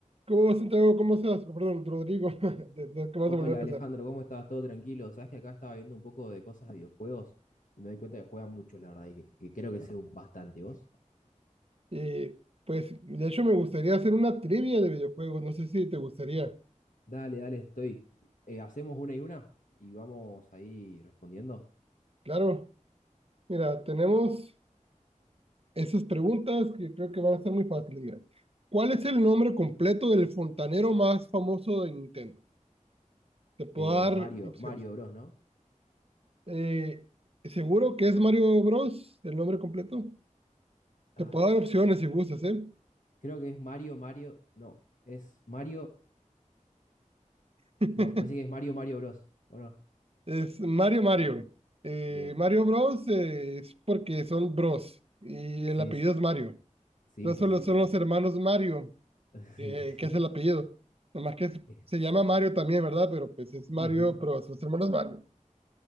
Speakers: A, on the right; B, on the left.
A: ¿Cómo vas, Santiago? ¿Cómo estás? Oh, Perdón, Rodrigo. <laughs> De- de- ¿Cómo
B: Hola
A: vas a volver a empezar?
B: Alejandro, ¿cómo estás? ¿Todo tranquilo? Sabes que acá estaba viendo un poco de cosas de videojuegos y me doy cuenta que juegan mucho, la verdad, y que, que creo que sé bastante. ¿Y vos?
A: Eh, pues, de hecho, me gustaría hacer una trivia de videojuegos. No sé si te gustaría.
B: Dale, dale, estoy. Eh, hacemos una y una y vamos ahí respondiendo.
A: Claro. Mira, tenemos esas preguntas que creo que van a ser muy fáciles. Mira, ¿cuál es el nombre completo del fontanero más famoso de Nintendo? Te puedo
B: Eh,
A: dar
B: Mario,
A: opciones.
B: Mario Bros, ¿no?
A: Eh, ¿seguro que es Mario Bros. el nombre completo?
B: Ah,
A: Te puedo dar opciones si gustas, ¿eh?
B: creo que es Mario, Mario. No, es Mario.
A: <laughs>
B: No, parece que es Mario, Mario Bros. ¿O no?
A: Es Mario Mario. Eh,
B: Bien.
A: Mario Bros. eh, es porque son bros y el
B: Sí,
A: apellido
B: sí,
A: es Mario.
B: sí,
A: Entonces
B: sí,
A: solo
B: sí.
A: son los hermanos Mario,
B: Sí,
A: eh,
B: <laughs> sí,
A: que es el apellido. Nomás que es-
B: sí.
A: se llama Mario también, ¿verdad? Pero pues es Mario,
B: Ujú.
A: pero sus hermanos Mario.